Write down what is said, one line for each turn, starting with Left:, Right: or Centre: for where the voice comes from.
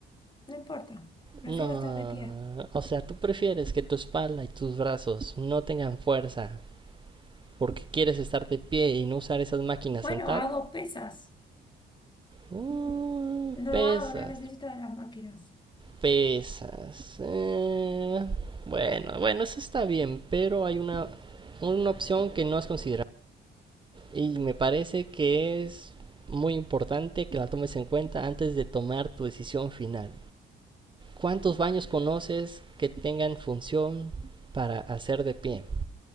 Left: no importa. Prefiero
Right: No,
Left: estar de pie.
Right: o sea, tú prefieres que tu espalda y tus brazos no tengan fuerza porque quieres estar de pie y no usar esas máquinas
Left: Bueno,
Right: sentada.
Left: hago pesas.
Right: Uh,
Left: No
Right: pesas,
Left: hago, no necesito de las máquinas.
Right: pesas. Eh, bueno, bueno, eso está bien, pero hay una, una opción que no has considerado y me parece que es muy importante que la tomes en cuenta antes de tomar tu decisión final. ¿Cuántos baños conoces que tengan función para hacer de pie?